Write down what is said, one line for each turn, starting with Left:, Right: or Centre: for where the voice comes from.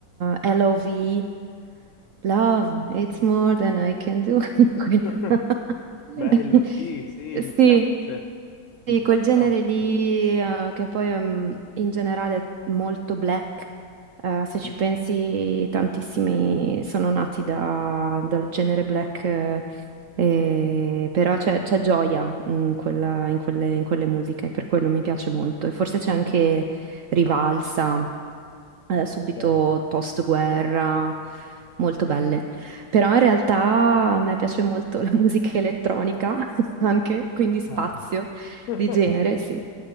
Right: L.O.V., Love, it's more than I can do. <laughs> Quella-
Left: <laughs>
Right: <laughs>
Left: Bello, sì, sì,
Right: Sì,
Left: mi piace, mi
Right: sì,
Left: piace
Right: quel genere
Left: tanto.
Right: lì, eh, che poi ehm, in generale è molto black, eh, se ci
Left: Sì,
Right: pensi tantissimi sono nati da- dal genere black, eh, e- però c'è c'è gioia in quella- in quelle, in quelle musiche, per quello mi piace molto e forse c'è anche rivalsa eh, subito
Left: ok.
Right: post-guerra, molto belle. Però in realtà a me piace molto <laughs> la musica elettronica <laughs> anche, quindi spazio
Left: Ah. <laughs>
Right: di genere, sì.